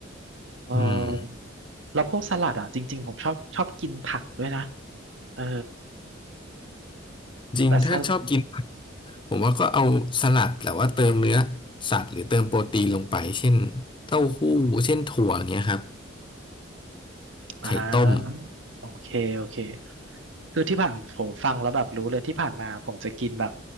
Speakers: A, on the right; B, on the left.
A: เออ
B: อืม
A: แล้วพวกสลัดอ่ะจริงๆผมชอบชอบกินผักด้วยนะเออ
B: จริงถ้าชอบกินผัก
A: แต่สลัด
B: ผมว่าก็เอาสลัดแต่ว่าเติมเนื้อสัตว์หรือเติมโปรตีนลงไปเช่นเต้าหู้เช่นถั่วอย่างเงี้ยครับ
A: อ่าโอเคโอเค
B: ไข่ต้ม
A: คือที่ผ่านผมฟังแล้วแบบรู้เลยที่ผ่านมาผมจะกินแบบ